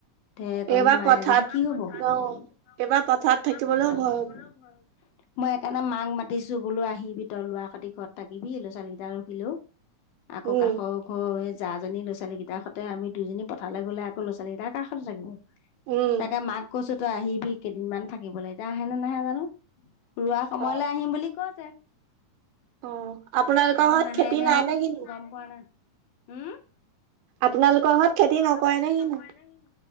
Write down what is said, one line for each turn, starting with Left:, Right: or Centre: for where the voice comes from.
Left: ঢেকণী
Right: এইবাৰ
Left: মায়ে
Right: পথাৰত
Left: যদি কি হব এইবাৰ পথাৰত
Right: অ
Left: একদম
Right: এইবাৰ পথাৰত
Left: এইবাৰ
Right: থাকিবলৈও
Left: পথাৰত
Right: ভয়
Left: থাকিবলেও ভয় মই সেকাৰণে মাক মাতিছো বোলো আহিবি তই লৰা খতি ঘৰত থাকিবি ল'ৰা ছোৱালী কেইটা ৰখিলেও আকৌ
Right: উম
Left: কাষ ঘৰ সে যা জনী লৱা ছোৱালীকেইটাসতে আমি দুইজনী পথালে গলে আকৌ'লৰা ছাৱালীকেইটা কা সতে থাকিব
Right: উম
Left: তাকে মাক কৈছো তই আহিবি কেইদিনমান থাকিবলে এতিয়া আহে নে নাহে জানো ৰুৱা সময়লে
Right: অ
Left: আহিম বুলি কৈছে
Right: অ আপোনালোকৰ
Left: এতিয়া আহে ন
Right: ঘৰত
Left: নাহাই
Right: খেতি
Left: নে
Right: নাই
Left: আও
Right: কিনো
Left: গম পোৱা নাই। হুম
Right: আপোনালোকৰ
Left: আপোনালোকৰ
Right: খেতি নকৰে
Left: ঘৰত খেতি
Right: নে
Left: নকৰে
Right: কিনো
Left: নে কি?